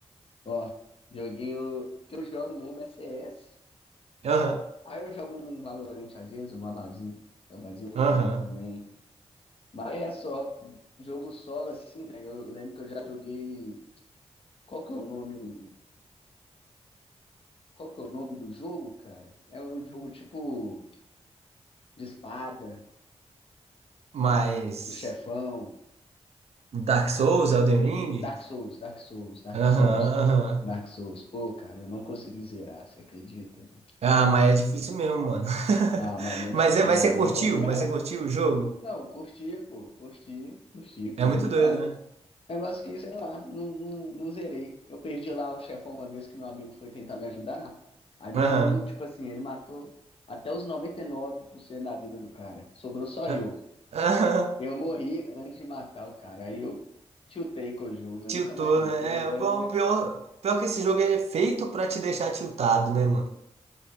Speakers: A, on the left (about 55°); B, on the right (about 65°).
A: Ó, joguinho que eu jogo mesmo é CS.
B: Aham,
A: Aí eu jogo um Valorant às vezes, um Abazinho. Abazinho eu
B: aham.
A: pego também. Mas é só, jogo solo assim, velho. Eu lembro que eu já joguei. Qual que é o nome? Qual que é o nome do jogo, cara? É um jogo tipo de espada.
B: Mas
A: o chefão.
B: Dark Souls, Elden Ring?
A: Dark Souls, Dark Souls, Dark
B: Aham,
A: Souls,
B: aham.
A: Dark Souls. Pô, cara, eu não consegui zerar, você acredita? né?
B: Ah, mas é difícil mesmo, mano. <laughs>
A: Ah, mas mesmo
B: Mas,
A: assim,
B: é, mas você curtiu?
A: eu não.
B: Mas você curtiu
A: <laughs>
B: o jogo?
A: Não, curti, pô, curti, curti, curti
B: É muito
A: demais.
B: doido, né?
A: Negócio que, sei lá, não, não, não zerei. Eu perdi lá o chefão uma vez que meu amigo foi tentar me ajudar. Aí meu
B: Aham.
A: amigo, tipo assim, ele matou até os 99% da vida do cara. Sobrou só
B: Ah,
A: eu.
B: Aham.
A: Eu morri antes de matar o cara. Aí eu tiltei com o jogo, eu
B: Tiltou,
A: nunca mais voltei.
B: né? É,
A: É,
B: bom, pior, pior que esse jogo é feito pra te deixar tiltado, né, mano?